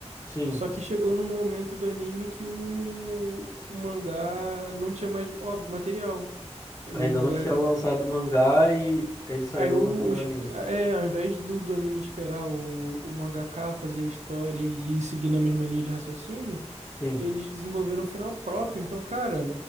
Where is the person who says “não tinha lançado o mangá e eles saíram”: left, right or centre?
Left